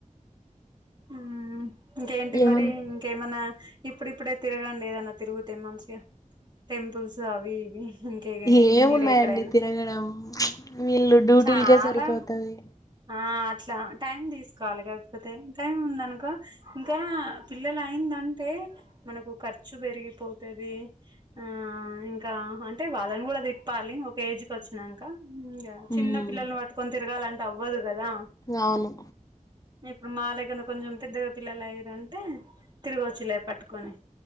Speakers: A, on the right (about 35°); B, on the left (about 25°).
A: ఉమ్మ్ ఇంకేంటి
B: ఏమన్నా
A: మరి కేమన్నా ఇప్పుడిప్పుడే తిరగండి ఏదన్నా తిరుగుతే మంచిగా టెంపుల్స్ అవి ఇవి ఇంకే
B: ఏమున్నాయండి
A: మీరే ఎక్కడైనా
B: తిరగడం వీళ్ళు డ్యూటీలకే
A: చాలా
B: సరిపోతది
A: ఆ అట్లా టైమ్ తీసుకోవాలి కాకపోతే టైం ఉందనుకో ఇంకా పిల్లలు అయిందంటే మనకు ఖర్చు పెరిగిపోతాది ఆ ఇంకా అంటే వాళ్ళని కూడా తిప్పాలి ఒక ఏజ్‌కి వచ్చినంకా ఇంగ చిన్న
B: ఉమ్
A: పిల్లల్ని పట్టుకొని తిరగాలంటే అవ్వదు కదా
B: అవును
A: ఇప్పుడు మాలే క్కన కొంచెం పెద్దగా పిల్లలు అయిరంటే తిరగవచ్చులే పట్టుకొని